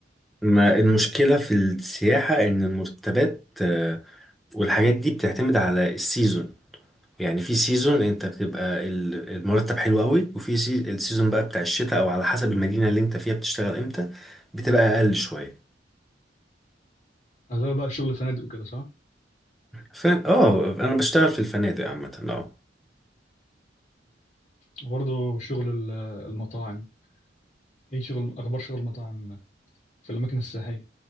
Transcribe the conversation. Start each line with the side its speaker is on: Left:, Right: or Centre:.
Centre: ما المشكلة في السياحة إن المرتبات آه، والحاجات دي بتعتمد على السيزون يعني في سيزون أنت بتبقى ال- المرتب حلو قوي وفي سي- السيزون بقى بتاع الشتاء أو على حسب المدينة اللي أنت فيها بتشتغل إمتى بتبقى أقل شوية
Left: أغلبها بقى شغل فنادق وكده صح؟
Centre: فاهم اه أنا بشتغل في الفنادق عامة اه
Left: برضه شغل ال- المطاعم ايه شغل اخبار شغل المطاعم في الاماكن السياحيه